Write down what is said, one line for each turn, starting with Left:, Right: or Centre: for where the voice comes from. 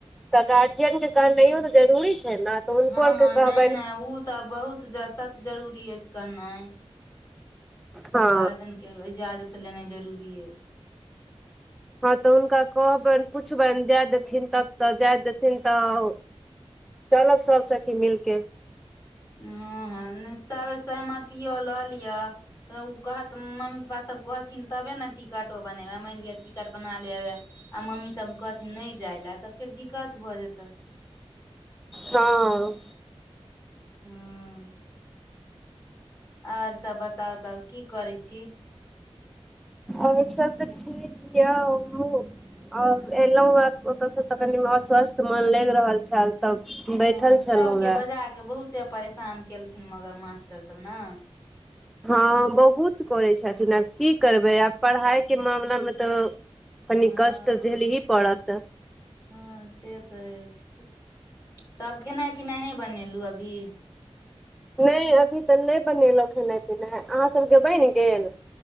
Centre: तऽ गार्जियनके कहनाइयो तऽ जरूरी छै ने तऽ हुनको
Left: हँ
Centre: औरके
Left: हँ
Centre: कहबैनि
Left: नहि नहि ओ तऽ बहुत जर सत्य जरूरी अछि कहनाइ
Centre: हँ
Left: गार्जियन कऽ इजाजत लेनाइ जरूरी अछि
Centre: हँ तऽ हुनका कहबनि पुछबनि जाय देथिन तब तऽ जाय देथिन तऽ चलब सब सखी मिलके
Left: हँ हँ ताबे सहमतियो लऽ लिअ तऽ ओ कहत मम्मी पापासभ कहथिन तबे ने टिकटो बनेबे मानि लिअ टिकट बना लेबे आ मम्मी सबमे कहथिन नहि जाय लए तऽ फेर दिक्कत भऽ जेतै
Centre: हँ
Left: हुँ आओर सब बताउ तब की करै छी
Centre: आओर सब तऽ ठीक यऽ हमहूँ आओर एलहुँ हे ओतऽ सँ तऽ कनि अस्वस्थ मन लागि रहल छल तऽ
Left: हुँ
Centre: बैठल छलहुँ
Left: सबके
Centre: हेँ
Left: बजा केँ बहुते परेशान केलखिन मगर मास्टर सब नऽ
Centre: हँ बहुत करैत छथिन आब की करबै आब पढ़ाइ केँ मामिलामे तऽ कनी
Left: हँ
Centre: कष्ट झलही पड़त
Left: हँ से तऽ अछि तब खेनाइ पिनाइ नय बनेलहु अभी
Centre: नय अभी तऽ नय बनेलहुँ खेनाइ पिनाइ अहाँ सभ केँ बैन गेल